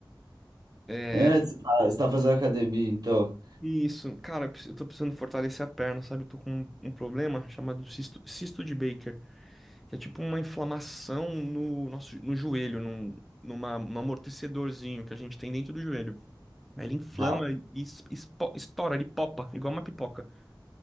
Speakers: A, in the centre; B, on the right.
A: É,
B: É, você tá, você tá fazendo academia, então.
A: Isso, cara, eu preciso- eu tô precisando fortalecer a perna, sabe? Eu tô com um um problema chamado cisto, cisto de Baker. que é tipo uma inflamação no nosso no joelho, num, numa, num amortecedorzinho que a gente tem dentro do joelho. Aí ele inflama
B: Ra-
A: e es- espo- estoura, ele popa, igual uma pipoca.